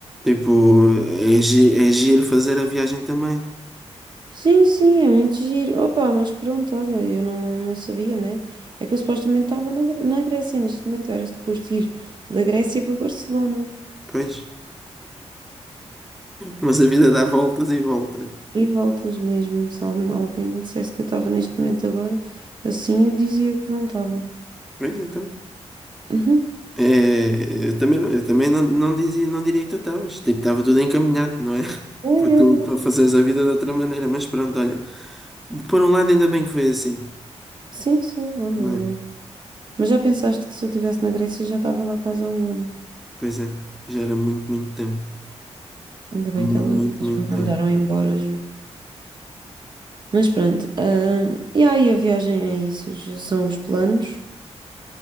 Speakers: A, in the centre; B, on the right.
A: Tipo, é, gi é giro fazer a viagem também.
B: Sim, sim, é muito giro. Opa, mas pronto, olha, eu não, não sabia, né? É que eu supostamente estava na, Gre- na Grécia, neste momento eu era suposto ir da Grécia para Barcelona.
A: Pois. Mas a vida dá voltas e voltas.
B: E voltas mesmo, se algum- alguém dissesse que eu estava neste momento agora, assim eu dizia que não estava.
A: Pois então.
B: Uhum.
A: É, eu também, não, eu também não, não, dizia, não diria que tu estavas. Tipo, estava tudo encaminhado, não é? <laughs>
B: Ai,
A: Porque tu,
B: ai,
A: tu
B: ai.
A: fazes a vida de outra maneira. Mas pronto, olha. Por um lado, ainda bem que foi assim,
B: Sim, sim, olha.
A: não
B: eu-
A: é?
B: Mas já pensaste que se eu estivesse na Grécia já estava lá quase há um ano?
A: Pois é. Já era muito, muito tempo.
B: Ainda bem
A: Muito,
B: que eles, eles
A: muito
B: me mandaram
A: tempo.
B: embora, juro. Mas pronto, ah, e aí a viagem é isso, os- são os planos.